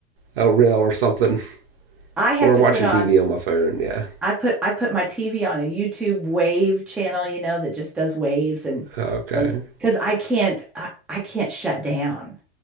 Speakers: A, on the right; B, in the centre.
A: a reel or something
B: I have
A: or
B: to
A: watching
B: put on
A: TV on my phone. Yeah.
B: I put I put my TV on a YouTube wave channel, you know, that just does waves and
A: Okay.
B: and because I can't I, I can't shut down.